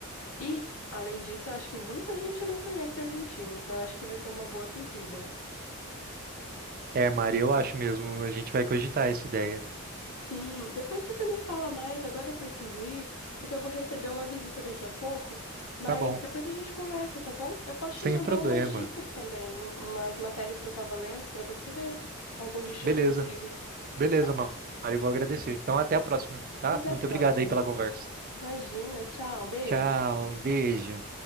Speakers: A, on the left; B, on the right.
A: E, além disso, eu acho que muita gente não conhece a Argentina, então eu acho que vai ser uma boa pedida.
B: É, Mari, eu acho mesmo. A gente vai cogitar essa ideia.
A: Sim, depois você me fala mais. Agora eu preciso ir, porque eu vou receber uma visita daqui a pouco. Mas
B: Tá bom,
A: depois a gente conversa, tá bom? Eu posso te
B: sem
A: mandar
B: problema.
A: umas dicas também, um- umas matérias que eu tava lendo pra você ver alguns destinos
B: Beleza.
A: possíveis,
B: Beleza,
A: tá?
B: Ma- Mário, eu vou agradecer. Então, até a próxima, tá?
A: Até
B: Muito
A: a próxima.
B: obrigado aí pela conversa.
A: Imagina, tchau, beijo.
B: Tchau, beijo.